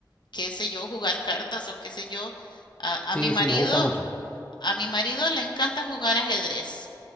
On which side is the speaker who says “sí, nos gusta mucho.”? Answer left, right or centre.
Left